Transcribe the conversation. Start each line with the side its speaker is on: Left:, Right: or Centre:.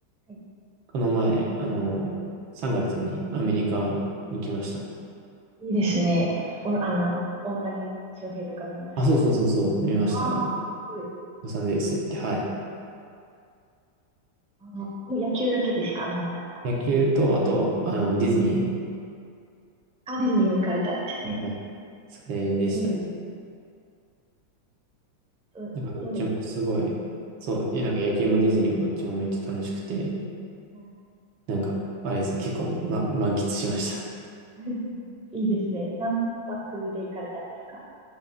Centre: はい
Right: この前、あの、3月にアメリカに来ました。
Centre: いいですね。お、あの、大谷翔平とか見ました。
Right: あ、そうそうそうそう、
Centre: あ
Right: 見ました。
Centre: あ、
Right: ロ
Centre: すごい。
Right: サンゼルス行って、はい。
Centre: あはもう野球だけですか、見に行ったのは。
Right: 野球と、あと、あの、ディズニ
Centre: あ、ディズニーも行かれたんですね。
Right: ー、それでしたね。
Centre: えー、どどうでした
Right: なんかどっちもすごい、そう、
Centre: はい、
Right: でなんか野球もディズニーもどっちもめっちゃ楽しくて、
Centre: は
Right: なんか、あれですね、結構、ま、満喫しました。<laughs>
Centre: い。<laughs> いいですね。何泊で行かれたんですか